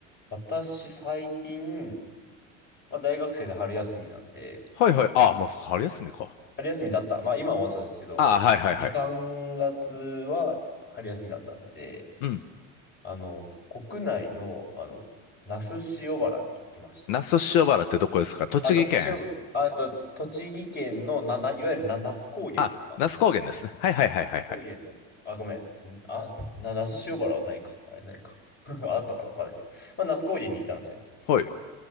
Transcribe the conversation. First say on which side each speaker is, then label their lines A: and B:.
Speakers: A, on the left; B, on the left.
A: 私、最近、まあ、大学生で春休みなんで、
B: はいはい。ああ、もう春休みか。
A: 春休みだった。まあ、今は終わっちゃったんですけど、
B: ああ、はいはいはい。
A: 2、3月は春休みだったんで、
B: うん。
A: あの、国内の、あの、那須塩原に来ましたと。
B: 那須塩原ってどこですか栃木県
A: あ、那須塩原、あ、えっと、栃木県のな、な、いわゆるな、那須高原とかの、
B: あ、那須高原ですね。
A: 那須
B: はいはいはいはいはい。
A: 高原のと、あ、ごめん、んあ、な、那須塩原はないか。あれないか。<laughs> あったかなわかんないけど。まあ、那須高原に行ったんですよ。
B: はい。